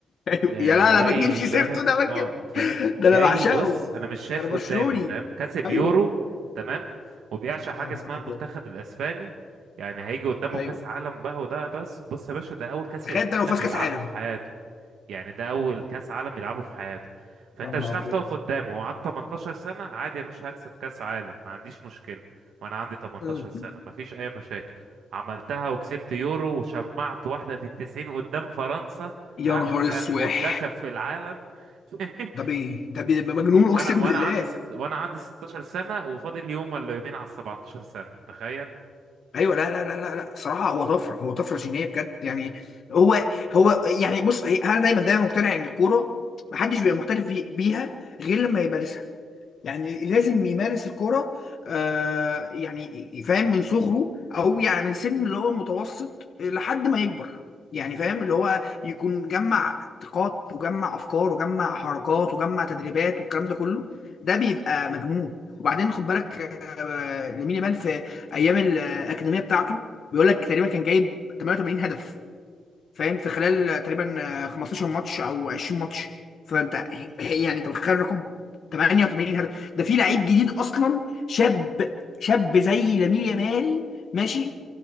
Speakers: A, on the left; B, on the right.
A: أيوة.
B: آه،
A: يا لا لا
B: جاي
A: ما تجيبش
B: فاهم
A: سيرته ده ما تجيب
B: اه فاهم
A: ده انا
B: جاي
A: بعشقه
B: بص انا مش شايف
A: ما انا برشلوني
B: قدامي فاهم كسب
A: ايوه
B: يورو تمام وبيعشق حاجه
A: يا نهار
B: اسمها
A: ابيض
B: المنتخب الاسباني يعني هيجي قدامه
A: ايوه
B: كاس عالم بقى وده بس بص يا باشا ده اول كاس
A: تخيل
B: عالم
A: ده لو فاز
B: يلعبه
A: كاس عالم
B: في حياته يعني ده اول كاس عالم يلعبه في حياته فانت
A: يا نهار
B: مش هتعرف
A: ابيض
B: تقف قدامه هو عنده 18 سنه عادي يا باشا هكسب كاس عالم ما عنديش مشكله وانا عندي 18
A: مم.
B: سنه مفيش اي مشاكل عملتها وكسبت يورو وشمعت واحده في التسعين قدام فرنسا
A: يا
B: احسن
A: نهار اسوح
B: منتخب في العالم <laughs>
A: ده بيه ده بيه مجنون اقسم
B: وانا وانا
A: بالله
B: عندي ست وانا عندي 16 سنه وفاضل يوم ولا يومين على ال 17 سنه تخيل
A: ايوه لا لا لا لا لا صراحه هو طفره هو طفره جينيه بجد يعني هو هو يعني بص هي- انا دايما دايما مقتنع ان الكوره ما حدش بيبقى محترف بي- بيها غير لما يبقى يعني لازم يمارس الكرة آه يعني فاهم من صغره او يعني من سن اللي هو متوسط لحد ما يكبر يعني فاهم اللي هو يكون جمع طاقات وجمع افكار وجمع حركات وجمع تدريبات والكلام ده كله ده بيبقى مجنون وبعدين خد بالك آه لامين يامال في ايام الاكاديميه بتاعته بيقول لك تقريبا كان جايب 88 هدف فاهم
B: نهار
A: في خلال
B: اسود
A: تقريبا آه، 15 ماتش او 20 ماتش فانت يعني انت متخيل الرقم 88 هدف ده في لعيب جديد اصلا شاب شاب زي لامين يامال ماشي